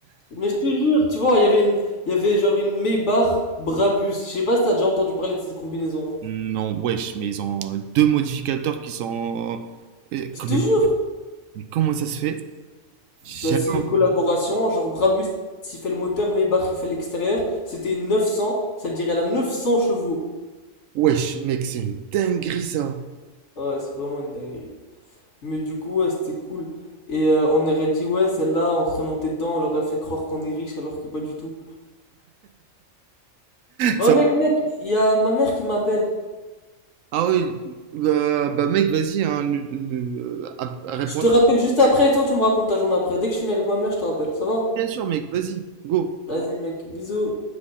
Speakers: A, on the left (about 60°); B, on the right (about 80°).
A: Mais je te jure, tu vois, il y avait une, il y avait genre une Maybach Brabus. Je sais pas si t'as déjà entendu parler de cette combinaison.
B: Non, wesh, mais ils ont euh, deux modificateurs qui sont. euh,
A: Je
B: Comment
A: te jure.
B: mais comment ça se fait? J'ai
A: Bah,
B: jamais
A: c'est
B: entendu.
A: une collaboration, genre Brabus il fait le moteur, Maybach il fait l'extérieur. C'était une 900, ça veut dire elle a 900 chevaux.
B: Wesh, mec, c'est une dinguerie ça.
A: Ah Ouais, c'est vraiment une dinguerie. Mais du coup, ouais, c'était cool. Et euh, on aurait dit, ouais, celle-là, on serait monté dedans, on leur aurait fait croire qu'on est riche alors que pas du tout. Oh
B: Ça
A: mec, mec, il y a ma mère qui m'appelle.
B: Ah oui, bah, bah, mec, vas-y, hein, le- le- le- à- à- réponds-là.
A: Je te rappelle juste après et toi tu me racontes ta journée après. Dès que je finis avec ma mère, je te rappelle. Ça va?
B: Bien sûr, mec, vas-y, go.
A: Vas-y mec, bisous.